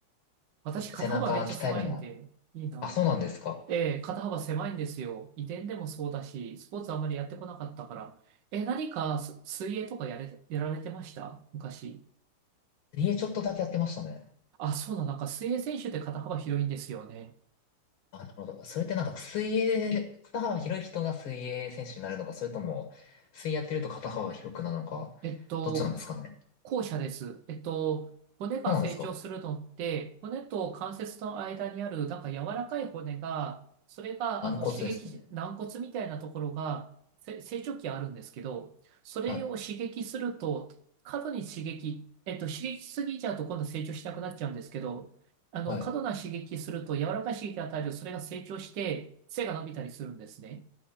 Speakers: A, on the right; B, on the left.
A: 私、肩幅めっちゃ狭いんで、
B: 背中鍛えるのは、
A: いいな。
B: あ、そうなんですか。
A: ええ、肩幅狭いんですよ。遺伝でもそうだし、スポーツあんまりやってこなかったから。え、何かす水泳とかやれ、やられてました昔。
B: 家ちょっとだけやってましたね。
A: あ、そうだ、なんか水泳選手って肩幅広いんですよね。
B: あ、なるほど。それってなんか水泳、肩幅広い人が水泳選手になるのか、それとも、水泳やってると肩幅広くなるのか、
A: えっと、
B: どっちなんですかね。
A: 後者です。えっと、骨が成長するのって、
B: そうなんですか。
A: 骨と関節の間にある、なんか柔らかい骨が、それが、
B: 軟骨ですかね。
A: あの、刺激し、軟骨みたいなところが、せ成長期あるんですけど、それを刺激すると、
B: はい。
A: 過度に刺激、えっと、刺激しすぎちゃうと今度成長しなくなっちゃうんですけど、あの、
B: はい。
A: 過度な刺激すると、柔らかい刺激を与える、それが成長して、背が伸びたりするんですね。